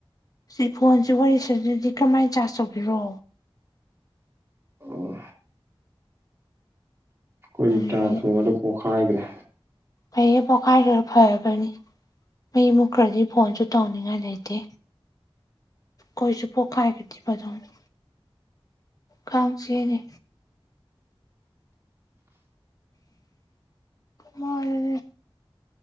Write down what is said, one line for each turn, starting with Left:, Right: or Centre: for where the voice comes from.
Left: ꯁꯤ ꯐꯣꯟꯁꯤ ꯋꯥꯔꯤ ꯁꯗꯗꯤ ꯀꯔꯝꯍꯥꯏꯅ ꯆꯥꯔꯖ ꯇꯧꯕꯤꯔꯣ
Right: ꯑꯣ ꯑꯩꯈꯣꯏꯒꯤ
Left: ꯎꯝ
Right: ꯇ꯭ꯔꯥꯟꯁꯐꯣꯔꯃꯔꯗꯣ ꯄꯣꯛꯈꯥꯏꯈ꯭ꯔꯦ
Left: ꯐꯩꯌꯦ ꯄꯣꯛꯈꯥꯏꯔ ꯐꯔꯕꯅꯤ ꯃꯩ ꯃꯨꯠꯈ꯭ꯔꯗꯤ ꯐꯣꯟꯁꯨ ꯇꯧꯅꯤꯡꯉꯥꯏ ꯂꯩꯇꯦ ꯈꯣꯏꯁꯨ ꯄꯣꯈꯥꯏꯈꯔꯗꯤ ꯐꯗꯧꯅꯤ ꯀꯥꯡ ꯆꯤꯛ ꯑꯦꯅꯦ ꯃꯣꯏꯗꯗꯤ